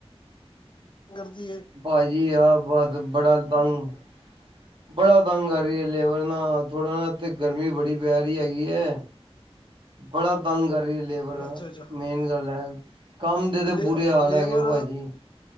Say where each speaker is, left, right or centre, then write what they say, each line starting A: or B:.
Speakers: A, on the left; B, on the right.
A: ਕਰਦੀ ਏ।
B: ਭਾਜੀ ਆ ਬਸ ਬੜਾ ਤੰਗ ਬੜਾ ਤੰਗ ਕਰ ਰਿਐ ਲੇਬਰ ਨਾ, ਥੋੜਾ ਨਾ ਏਥੇ ਗਰਮੀ ਬੜੀ ਪੈਰੀ ਹੈਗੀ ਏ। ਬੜਾ ਤੰਗ ਕਰ ਰਿਐ ਲੇਬਰ,
A: ਅੱਛਾ ਅੱਛਾ
B: ਮੇਨ ਗੱਲ ਐ। ਕੰਮ ਦੇ ਤੇ
A: ਲੇ
B: ਬੁਰੇ ਹਾਲ
A: ਲੇਬਰ
B: ਹੈਗੇ ਆ, ਪਾਜੀ।